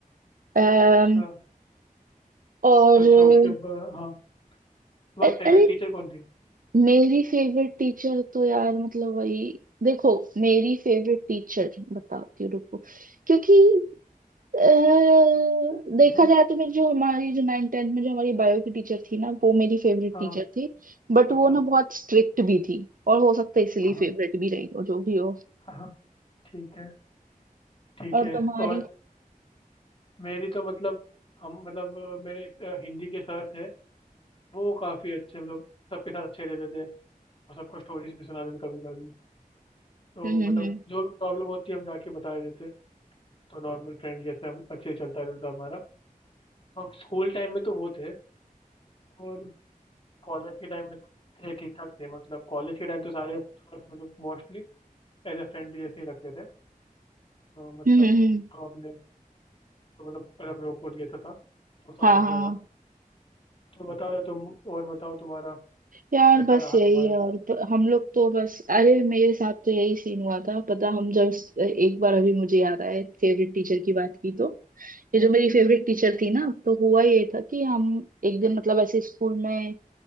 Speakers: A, on the right; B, on the left.
A: अम्म
B: अच्छा
A: और
B: अच्छा उसके बाद हाँ तुम्हारी
A: अ-
B: फेवरेट
A: अरे
B: टीचर कौन थी
A: मेरी फेवरेट टीचर तो यार मतलब वही देखो मेरी फेवरेट टीचर बताती हूँ रुको क्योंकि अह, देखा
B: हम्म
A: जाए तो मेरी जो हमारी जो नाइन टेंथ में जो हमारी बायो की टीचर थी ना वो मेरी फेवरेट
B: हाँ
A: टीचर थी बट
B: अच्छा
A: वो ना बहुत स्ट्रिक्ट भी थी और हो सकता है इसलिए
B: हाँ
A: फेवरेट भी रही हो जो भी हो
B: हाँ हाँ, ठीक है ठीक
A: और
B: है
A: तुम्हारी
B: और मेरी तो मतलब हम मतलब अ, मेरे एक, अ, हिंदी के सर थे वो काफी अच्छे मतलब सबके साथ अच्छे रहते थे और सबको स्टोरीज भी सुनाते थे कभी कभी तो
A: हम्म
B: मतलब
A: हम्म हम्म
B: जो भी प्रॉब्लम होती है हम जाके बता देते थे। तो नॉर्मल फ्रेंड जैसे हम अच्छे चलता रहता हमारा तो स्कूल टाइम में तो वो थे और कॉलेज के टाइम में तो थे ठीक ठाक थे मतलब कॉलेज के टाइम तो सारे मतलब मोस्टली एज ए फ्रेंड जैसे ही रखते थे तो मतलब
A: हम्म हम्म हम्म,
B: हम अपने तो मतलब मतलब रोक वोक लेता था तो सब
A: हाँ
B: बढ़िया
A: हाँ
B: था तो बताओ यार तुम और बताओ तुम्हारा
A: यार
B: कैसा
A: बस
B: रहा
A: यही
B: तुम्हारा
A: है और ब- हम लोग तो बस अरे मेरे साथ तो यही सीन हुआ था पता हम जब एक बार अभी मुझे याद आया फेवरेट टीचर की बात की तो ये जो मेरी फेवरेट टीचर थी ना तो हुआ ये था कि हम एक दिन मतलब ऐसे स्कूल में